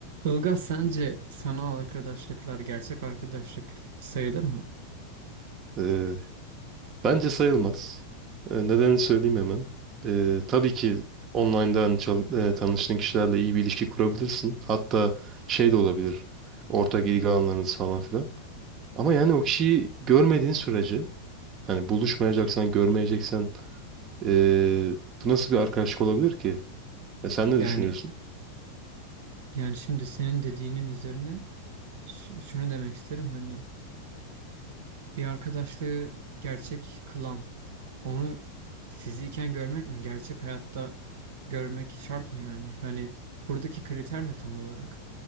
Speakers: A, on the right; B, on the right.
A: Ilgaz sence sanal arkadaşlıklar gerçek arkadaşlık sayılır mı?
B: Ee, bence sayılmaz. Ee, nedenini söyleyeyim hemen. Ee, tabii ki online'dan çal- e, tanıştığın kişilerle iyi bir ilişki kurabilirsin. Hatta şey de olabilir. Ortak ilgi alanlarınız falan filan. Ama yani o kişiyi görmediğin sürece hani buluşmayacaksan, görmeyeceksen ee, bu nasıl bir arkadaşlık olabilir ki? E, sen ne
A: Yani
B: düşünüyorsun?
A: yani şimdi senin dediğinin üzerine ş- şunu demek isterim hani bir arkadaşlığı gerçek kılan onu fiziken görmek mi gerçek hayatta görmek şart mı yani? Hani buradaki kriter ne tam olarak?